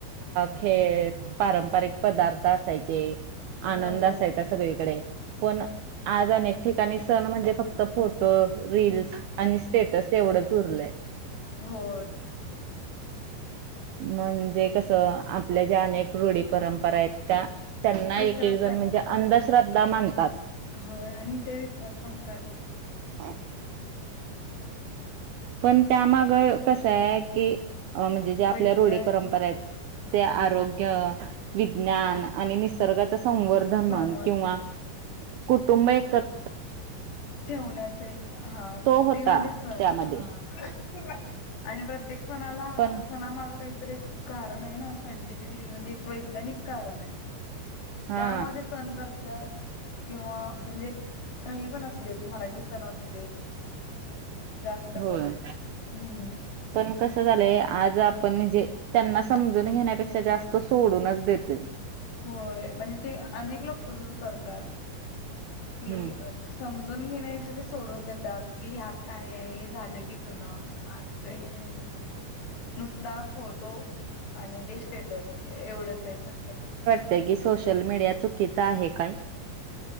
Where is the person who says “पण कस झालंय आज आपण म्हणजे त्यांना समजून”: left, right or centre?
Right